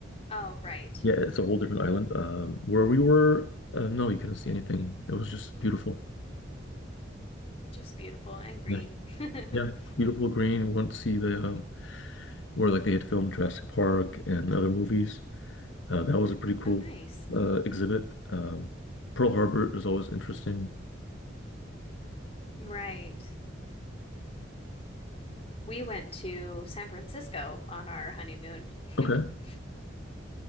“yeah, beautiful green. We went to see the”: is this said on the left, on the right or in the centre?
Left